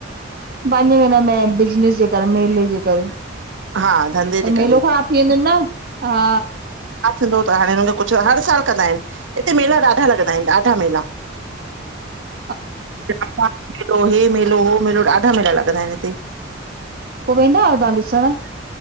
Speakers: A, on the right (about 50°); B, on the right (about 75°).
A: पांजे हिनमे बिजनस जे करे मेल जे करे।
B: हा धंधे
A: त
B: जे करे
A: मेलो ख़राब थी वेंदून न हा।
B: छा थींदो त हाणे हुनखे कुझ हर साल कंदा आहिन हिते मेला ॾाढा लॻंदा आहिन ॾाढा मेला।
A: <inaudible>
B: <unintelligible> हे मेलो, हो मेलो, ॾाढा मेला लॻंदा आहिन हिते।
A: पो वेंदा आहयो ताहां ॾिसण?